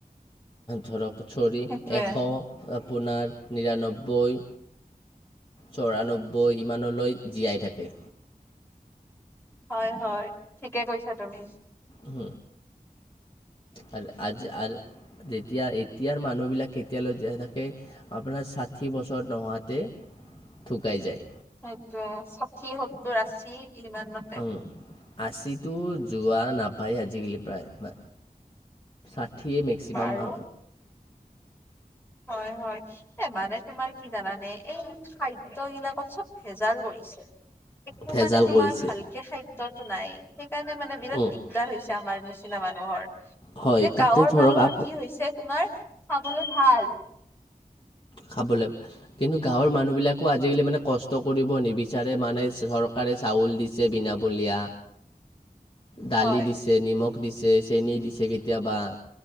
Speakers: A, on the left; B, on the left.
A: ধৰক চৰি
B: সেইটোৱে
A: এশ। <inaudible> আপোনাৰ নিৰান্নব্বৈ। চৌৰান্নব্বৈ ইমানলৈ জীয়াই থাকে।
B: হয় হয় ঠিকে কৈছা তুমি।
A: উম হেল আজি আল যেতিয়া এতিয়াৰ মানুহবিলাক কেতিয়ালৈ জীয়াই থাকে আপোনাৰ ষাঠি বছৰ নহাতে থুকাই যায়।
B: সেইটোৱে ষাঠি, সত্তৰ, আশী ইমানতে।
A: উম, আশীটো যোৱা নাপায় আজিকালি প্ৰায় বা উঠিয়েই মেক্সিমাম
B: বাৰু
A: <unintelligible>
B: হয় হয় এ মানে তোমাৰ কি জানানে এই খাদ দ্য বিলাকত চব ভেজাল কৰিছে। একো
A: ভেজাল
B: মানে তোমাৰ
A: কৰিছে।
B: ভালকে খাদ্যতো নাই। সেইকাৰণে মানে বিৰাট
A: উম,
B: দিগদাৰ হৈছে আমাৰ নিচিনা মানুহৰ। এতিয়া
A: হয় তাতে
B: গাঁৱৰ
A: ধৰক
B: মানুহৰ
A: আপ
B: কি হৈছে তোমাৰ খাবলৈ ভাল।
A: খাবলৈ কিন্তু গাঁৱৰ মানুহবিলাকো আজিকালি মানে কষ্ট কৰিব নিবিচাৰে মানে চৰকাৰ ৰে চাউল দিছে বিনামূলীয়া দালি
B: হয়
A: দিছে নিমখ দিছে চেনি দিছে কেতিয়াবা,